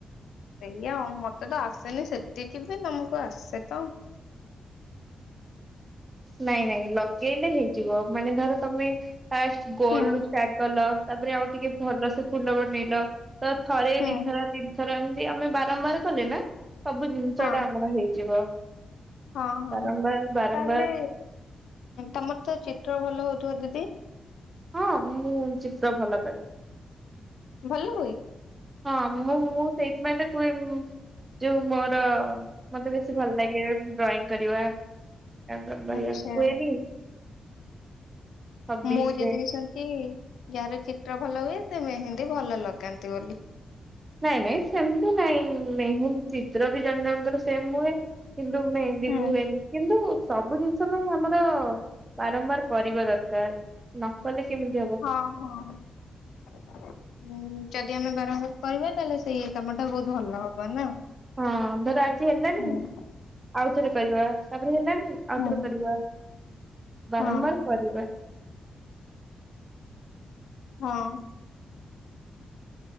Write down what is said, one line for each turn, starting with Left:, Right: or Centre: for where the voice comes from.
Left: ସେଇଆ ଆଉ, ମତେ ତ ଆସେନି ସେତିକି ବି ତମକୁ ଆସେ ତ।
Right: ନାଇଁ ନାଇଁ ଲଗେଇଲେ ହେଇଯିବ। ମାନେ ଧର ତମେ ଫାଷ୍ଟ ଗୋଲରୁ-
Left: ହୁଁ
Right: ଷ୍ଟାର୍ଟ କଲ ତାପରେ ଆଉ ଟିକେ ଭଲ ସେ ଫୁଲ ବନେଇଲ ତ ଥରେ
Left: ହୁଁ
Right: ଦିଥର ତିନିଥର ଏମିତି ଆମେ ବାରମ୍ବାର କଲେ ନା। ସବୁ ଜିନିଷ
Left: ହଁ
Right: ଟା ଆମର ହେଇଯିବ।
Left: ହଁ ହଁ
Right: ବାରମ୍ବାର ବାରମ୍ବାର
Left: ତାହେଲେ ତମର ତ ଚିତ୍ର ଭଲ ହଉଥିବ ଦିଦି।
Right: ହଁ ମୁଁ ଚିତ୍ର ଭଲ କରେ।
Left: ଭଲ ହୁଏ।
Right: ହଁ ମୁଁ ମୁଁ ସେଇଥିପାଇଁ ତ କୁହେ ଯୋଉ ମୋର- ମତେ ବେଶୀ ଭଲ ଲାଗେ ଡ୍ରଇଂ କରିବା <unintelligible>
Left: ଆଚ୍ଛା
Right: ହବିସ
Left: ମୁଁ ଯେତିକି
Right: ରେ
Left: ଶୁଣିଛି ଯାହାର ଚିତ୍ର ଭଲ ହୁଏ, ସେ ମେହନ୍ଦୀ ଭଲ ଲଗାନ୍ତି ବୋଲି।
Right: ନାଇଁ ନାଇଁ ସେମିତି ନାଇଁ ମେହେନ୍ଦ ଚିତ୍ର ବି ଜଣେ ଜଣଙ୍କର ସେମ୍ ହୁଏ। କିନ୍ତୁ ମେହେନ୍ଦୀ
Left: ହୁଁ
Right: ବି ହୁଏନି। କିନ୍ତୁ ସବୁ ଜିନିଷ ପାଇଁ ଆମର ବାରମ୍ବାର କରିବା ଦରକାର, ନ କଲେ କେମିତି ହବ?
Left: ହଁ ହଁ। ହୁଁ, ଯଦି ଆମେ ବାରମ୍ବାର କରିବା, ତାହେଲେ ସେଇ କାମ ଟା ବହୁତ ଭଲ ହବ ନା?
Right: ହଁ ଧର ଆଜି ହେଲାନି
Left: ହୁଁ
Right: ଆଉଥରେ କରିବା, ତାପରେ ହେଲାନି ଆଉଥରେ
Left: ହୁଁ।
Right: କରିବା। ବାରମ୍ବାର
Left: ହଁ
Right: କରିବା।
Left: ହଁ ଅଁ